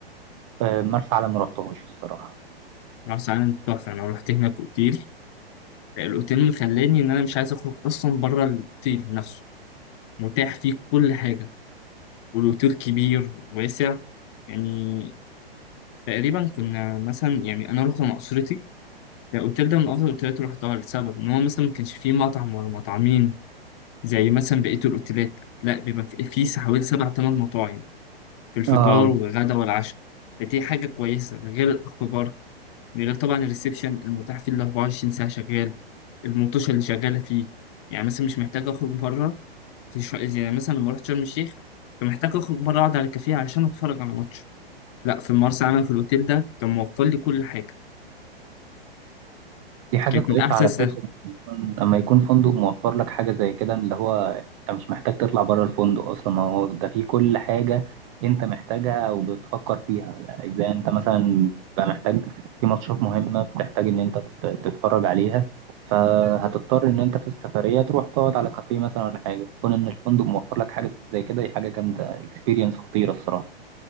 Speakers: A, on the right; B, on the left.
A: آه، مرسى علم ما رحتهوش الصراحه
B: مرسى علم تحفة أنا رحت هناك أوتيل الأوتيل مخلاني إن أنا مش عايز أخرج أصلا بره الأوتيل نفسه متاح فيه كل حاجة والأوتيل كبير واسع يعني تقريبا كنا مثلا يعني أنا رحت مع أسرتي الأوتيل ده من أفضل الأوتيلات اللي رحتها لسبب إن هو مثلا ما كانش فيه مطعم ولا مطعمين زي مثلا بقية الأوتيلات لا بيبقى فيه حوالي سبع تمن مطاعم في الفطار
A: اه
B: والغدا والعشاء فدي حاجة كويسة غير الأخبار من غير طبعا الريسبشن المتاح فيه ال 24 ساعة شغال المنتشر اللي شغالة فيه يعني مثلا مش محتاج أخرج بره زي شو- زي يعني مثلا لما رحت شرم الشيخ كان محتاج أخرج بره أقعد على كافيه عشان أتفرج على ماتش لا في المرسى علم في الأوتيل ده كان موفر لي كل حاجة
A: دي حاجة
B: كانت
A: كويسة
B: من أحسن
A: على
B: سفر
A: فكرة لما يكون لما يكون فندق موفر لك حاجة زي كده اللي هو انت مش محتاج تطلع بره الفندق اصلا ما هو ده فيه كل حاجة انت محتاجها او بتفكر فيها اذا انت مثلا بتبقى محتاج في ماتشات مهمة بتحتاج ان انت تت- تتفرج عليها فهتضطر ان انت في السفرية تروح تقعد على كافيه مثلا ولا حاجة كون ان الفندق موفر لك حاجة زي كده دي حاجة جامدة اكسبيرينس خطيرة الصراحة